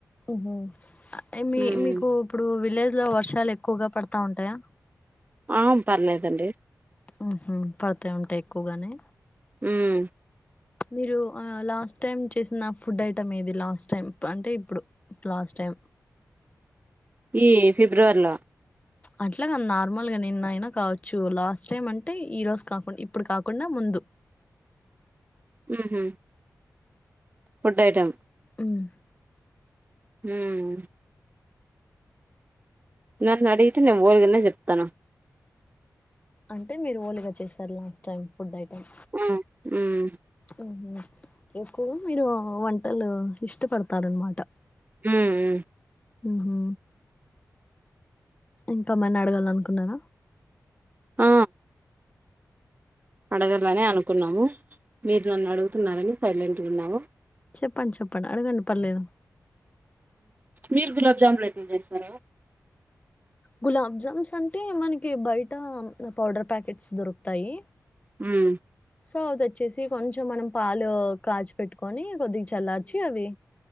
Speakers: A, on the left; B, on the right.
A: ఉ హు మీ
B: ఉమ్
A: మీకు ఇప్పుడు విలేజ్ లో వర్షాలు ఎక్కువగా పడతా ఉంటాయా
B: ఆ పర్లేదండి
A: ఉహ పడతా ఉంటాయి ఎక్కువగానే
B: మ్మ్
A: మీరు ఆ లాస్ట్ టైమ్ చేసిన ఫుడ్ ఐటమ్ ఏది లాస్ట్ టైం అంటే ఇప్పుడు లాస్ట్ టైం
B: ఈ ఫిబ్రవరిలో
A: అట్లా గా నార్మల్గా నిన్న అయినా కావచ్చు లాస్ట్ టైం అంటే ఈ రోజు కాకుండా ఇప్పుడు కాకుండా ముందు.
B: మ్మ్ హు ఫుడ్ ఐటం.
A: మ్మ్
B: మ్మ్ హు నన్ను అడిగితే నేను పోలేదనే చెప్తాను
A: అంటే మీరు ఓలుగా చేసారు లాస్ట్ టైమ్ ఫుడ్ ఐటమ్.
B: ఆ ఉమ్
A: హుమ్ ఎక్కువ మీరు వంటలు ఇష్టపడతారునమాట.
B: ఉమ్మ్ మ్మ్
A: ఉ హు ఇంకా ఏమైనా అడగాలనుకున్నారా.
B: ఆ అడగర్లనే అను కున్నాం మీరు నన్ను అడుగుతున్నారని సైలెంట్ ఉన్నావు
A: చెప్పండి చెప్పండి అడగండి పర్లేదు
B: మీరు గులాబ్ జాము రేకులు చేస్తారా.
A: గులాబ్ జామ్స్ అంటే మనకి బయట పౌడర్ ప్యాకెట్స్ దొరుకుతాయి.
B: ఉమ్మ్
A: సో అదిచ్చేసి కొంచెం మనం పాలు కాచిపెట్టుకొని కొద్దిగా చల్లార్చి అవి